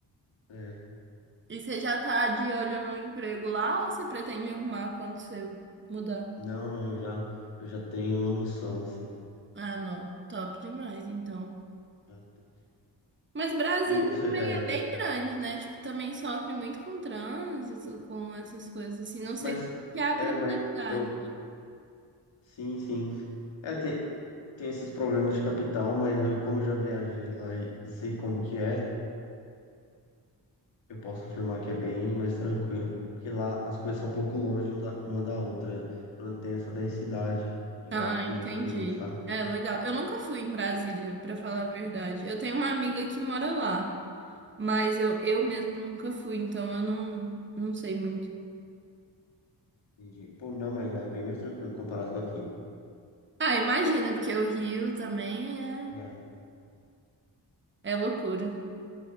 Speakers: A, on the left; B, on the right.
A: É.
B: E você já tá de olho no emprego lá ou você pretende arrumar quando você mudar?
A: Não, não, eu já, eu já tenho uma noção, assim.
B: Ah, não. Top demais, então.
A: Já- te-
B: Mas Brasília
A: E você, é,
B: é bem grande, né? Tipo, também sofre muito com trânsito, com essas coisas assim. Não sei
A: mas,
B: como que é a
A: é,
B: criminalidade.
A: mas eu, sim, sim. É, tem, tem esses problemas de capital, mas eu, como eu já viajei lá e, e sei como que é, eu posso afirmar que é bem mais tranquilo. Porque lá as coisas são um pouco longe um da- uma da outra. Não tem essa densidade, igual
B: Ah,
A: aqui
B: entendi.
A: no Rio, sabe?
B: É legal. Eu nunca fui em Brasília, pra falar a verdade. Eu tenho uma amiga que mora lá, mas eu, eu mesmo nunca fui, então eu não, não sei muito.
A: Entendi. Pô, não, mas lá é bem mais tranquilo comparado com aqui.
B: Ah, imagina, porque o Rio também é,
A: É,
B: é loucura.